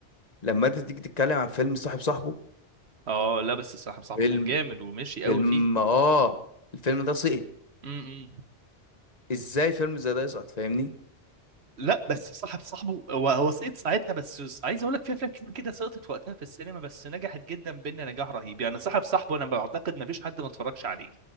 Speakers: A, on the left; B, on the right.
A: لما انت تيجي تتكلم عن فيلم صاحب صاحبه
B: اه لا بس صاحب صاحبه
A: فيلم
B: كان جامد ومشي قوي
A: فيلم
B: فيه
A: اه الفيلم ده سقط
B: امم
A: ازاي فيلم زي ده يسقط فاهمني
B: لا بس صاحب صاحبه هو هو سقط ساعتها بس عايز اقول لك في افلام كتير كده سقطت وقتها في السينما بس نجحت جدا بينا نجاح رهيب يعني صاحب صاحبه انا بعتقد ما فيش حد ما اتفرجش عليه